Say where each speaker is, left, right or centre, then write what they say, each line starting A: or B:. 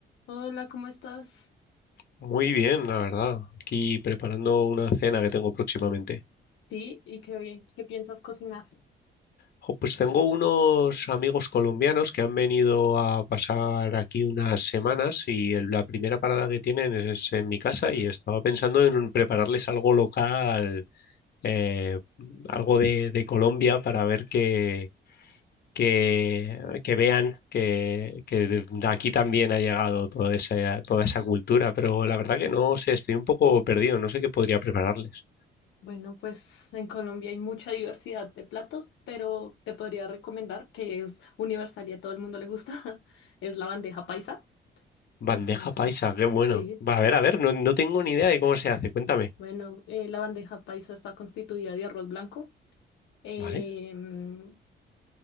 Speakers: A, on the left; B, on the left.
A: Hola, ¿cómo estás?
B: Muy bien, la verdad. Aquí preparando una cena que tengo próximamente.
A: Sí, ¿y qué, bien- qué piensas cocinar?
B: Jo, Pues tengo unos amigos colombianos que han venido a pasar aquí unas semanas y el- la primera parada que tienen es, es en mi casa y estaba pensando en prepararles algo local, eh, algo de, de Colombia para ver que, que, que vean que, que de aquí también ha llegado toda esa, toda esa cultura. Pero la verdad que no sé, estoy un poco perdido, no sé qué podría prepararles.
A: Bueno, pues en Colombia hay mucha diversidad de platos, pero te podría recomendar que es universal y a todo el mundo le gusta, <laughs> es la bandeja paisa.
B: Bandeja
A: Entonces,
B: paisa, qué bueno.
A: sí,
B: Va, a ver, a ver, no, no tengo ni idea de cómo se hace, cuéntame.
A: bueno, eh, la bandeja paisa está constituida de arroz blanco, em,
B: ¿Vale?